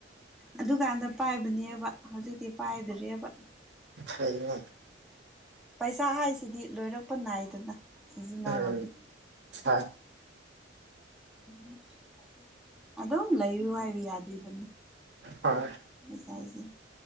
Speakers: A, in the centre; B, on the right.
A: ꯑꯗꯨꯀꯥꯟꯗ ꯄꯥꯏꯕꯅꯦꯕ ꯍꯧꯖꯤꯛꯇꯤ ꯄꯥꯏꯗꯔꯦꯕ
B: ꯐꯩꯏꯅꯦ
A: ꯄꯩꯁꯥ ꯍꯥꯏꯁꯤꯗꯤ ꯂꯣꯏꯔꯛꯄ ꯅꯥꯏꯗꯅ ꯁꯤꯖꯤꯟꯅꯕꯒꯤ
B: ꯎꯝ ꯍꯣꯏ
A: <unintelligible> ꯑꯗꯨꯝ ꯂꯩꯌꯨ ꯍꯥꯏꯕ ꯌꯥꯗꯦꯗꯅ
B: ꯍꯣꯏ
A: ꯄꯩꯁꯥꯁꯦ